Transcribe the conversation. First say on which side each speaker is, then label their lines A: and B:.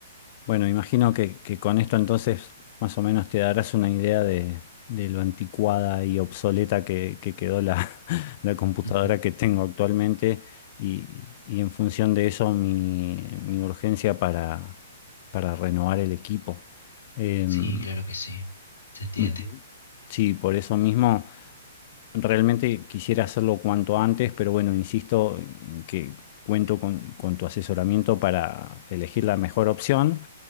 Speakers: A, on the left; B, on the left.
A: Bueno, imagino que, que con esto entonces más o menos te darás una idea de, de lo anticuada y obsoleta que, que quedó la, <laughs> la computadora
B: <laughs>
A: que tengo actualmente y, y en función de eso mi, mi urgencia para, para renovar el equipo. Em,
B: Sí, claro que sí. Se entiende.
A: ujú, sí, por eso mismo realmente quisiera hacerlo cuanto antes, pero bueno, insisto en que cuento con, con tu asesoramiento para elegir la mejor opción